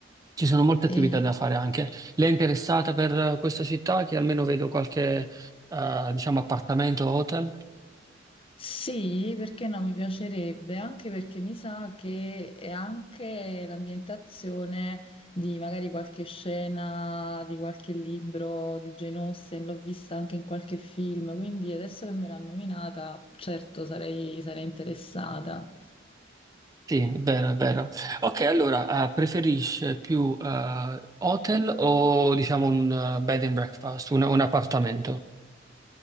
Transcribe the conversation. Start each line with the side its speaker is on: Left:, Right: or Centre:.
Right: ci sono molte
Left: E,
Right: attività da fare anche. Lei è interessata per eh, questa città che almeno vedo qualche, eh, diciamo, appartamento o hotel?
Left: Sì, perché no, mi piacerebbe, anche perché mi sa che è anche l'ambientazione di magari qualche scena di qualche libro di Jane Austen, l'ho vista anche in qualche film, quindi adesso che me l'ha nominata, certo sarei, sarei interessata.
Right: Sì, è vero, è vero. Ok, allora, eh, preferisce più eh, hotel o diciamo un eh, bed and breakfast, un, un appartamento?